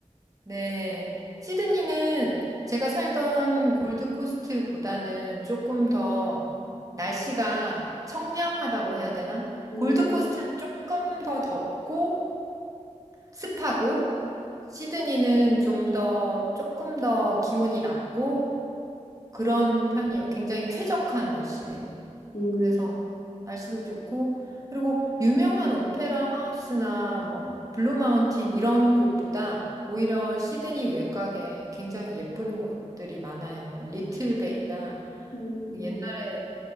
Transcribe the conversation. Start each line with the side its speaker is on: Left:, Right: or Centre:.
Right: 네. 시드니는 제가 살던 골드코스트보다는 조금 더 날씨가 청량하다고 해야 되나?
Left: 음,
Right: 골드코스트는 조금 더 덥고 습하고, 시드니는 좀 더, 조금 더 기온이 낮고, 그런 편이에요. 굉장히 쾌적한 날씨예요.
Left: 음,
Right: 그래서 날씨도 좋고 그리고 유명한 오페라 하우스나 뭐 블루 마운틴 이런 곳보다 오히려 시드니 외곽에 굉장히 예쁜 곳들이 많아요. 뭐 리틀 베이나
Left: 음,
Right: 그 옛날에